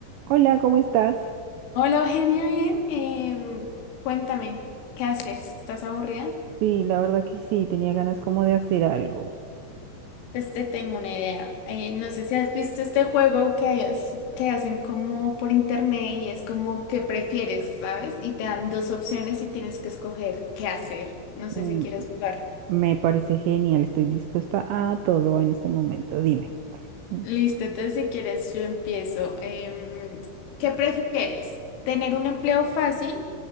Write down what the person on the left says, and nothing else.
Hola Eugenia, bien. Em, cuéntame, ¿qué haces? ¿Estás aburrida?
Pues te tengo una idea. Eh, no sé si has visto este juego que, hay- es- que hacen como por internet y es como que prefieres, ¿sabes? Y te dan dos opciones y tienes que escoger qué hacer. No
sé si quieres jugar.
Listo, entonces si quieres yo empiezo. Em, ¿qué prefieres? ¿Tener un empleo fácil,